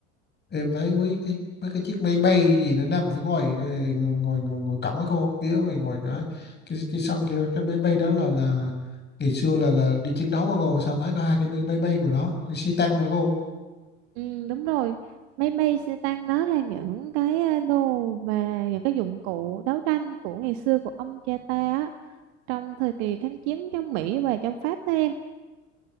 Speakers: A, on the left; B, on the right.
A: em thấy với cái với cái chiếc máy bay gì nó nằm phía ngoài cái, ngồi ngồi ngồi, ngồi cổng hả cô phía ngoài ngoài cái cái cái sân kia cái máy bay đó là là ngày xưa là là đi chiến đấu hả cô sao thấy có hai cái máy bay ngồi đó cái xe tăng nữa cô
B: Ừ, đúng rồi. Máy bay xe tăng đó là những cái ờ, đồ mà những cái dụng cụ đấu tranh của ngày xưa của ông cha ta á, trong thời kỳ kháng chiến chống Mỹ và chống Pháp đó em.